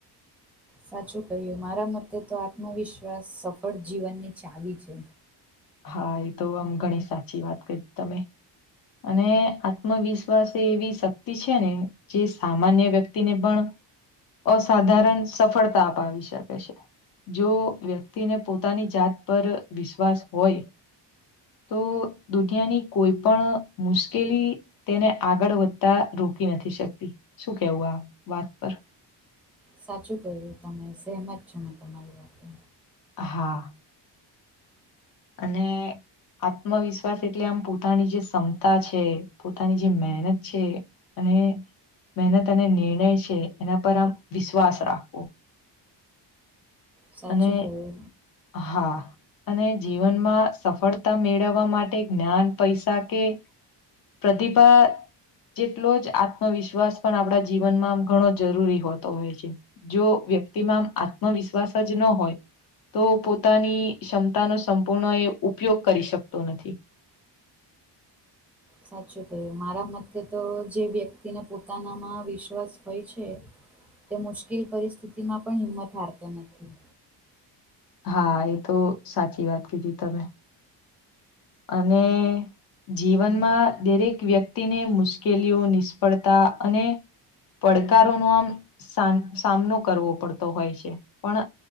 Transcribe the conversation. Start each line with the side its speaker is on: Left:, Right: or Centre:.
Centre: સાચું કહ્યું. મારા મતે તો આત્મવિશ્વાસ સફળ જીવનની ચાવી છે.
Left: હા! એ તો આમ ઘણી સાચી વાત કરી તમે. અને આત્મવિશ્વાસ એવી શક્તિ છે ને? જે સામાન્ય વ્યક્તિ ને પણ. અસાધારણ સફળતા અપાવી શકે છે. જો વ્યક્તિને પોતાની જાત પર વિશ્વાસ હોય. તો દુનિયાની કોઈ પણ મુશ્કેલી. તેને આગળ વધતા રોકી નથી શકતી. શું કેવું આ વાત પર?
Centre: સાચું કહ્યું તમે. સહેમત છુ, મેં તમારી વાતતે.
Left: હા! અને. આત્મવિશ્વાસ એટલે આમ પોતાની જે ક્ષમતા છે, પોતાની જે મહેનત છે. અને મહેનત અને નિર્ણય છે. એના પર આમ વિશ્વાસ રાખવો
Centre: સાચું
Left: અને
Centre: કહ્યુ.
Left: હા! અને જીવનમાં સફળતા મેળવવા માટે જ્ઞાન પૈસા કે. પ્રતિભા જેટલો જ આત્મવિશ્વાસ પણ આપણા જીવનમાં ઘણો જરૂરી હોતો હોય છે. જો વ્યક્તિમાં આત્મવિશ્વાસ જ ન હોય તો, પોતાની ક્ષમતાનો. સંપૂર્ણ એ ઉપયોગ કરી શકતો નથી.
Centre: સાચું કહ્યું. મારા મતે તો, જે વ્યક્તિને પોતાનામાં વિશ્વાસ હોય છે. તે મુશ્કેલ પરિસ્થિતિમાં પણ હિંમત હારતો નથી.
Left: હા! એ તો સાચી વાત કીધી તમે. અને. જીવનમાં દરેક વ્યક્તિને મુશ્કેલીઓ નિષ્ફળતા અને. પડકારો ન આમ સા સામનો કરવો પડતો હોય છે. પણ